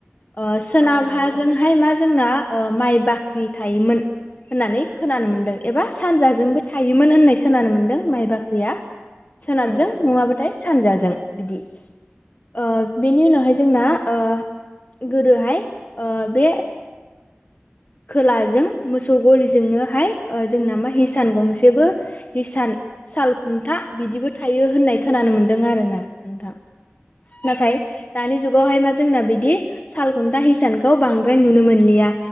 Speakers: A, on the left; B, on the left.
A: ओ सोनाबाजोंहाय
B: औ नंगौ
A: मा जोंना ओ माइ बाख्रि थायोमोन होननानै खोनानो मोनदों एबा सानजाजोंबो थायोमोन होननाय खोनानो मोनदों माइ बाख्रिया सोनाबजों
B: औ
A: नङाबाथाय सानजाजों बिदि ओ बेनि उनावहाय ओ गोदोहाय ओ बे खोलाजों मोसौ गलिजोंनोहाय ओ जोंनोमा हिसान गंसेबो हिसान साल खुन्था बिदिबो थायो होननाय खोनानो मोनदों। मोनदों आरोना नोंथां नाथाय दानि जुगावहाय मा जोंना बिदि सालखुन्था हिसानखौ बांद्राय नुनो मोनलिया।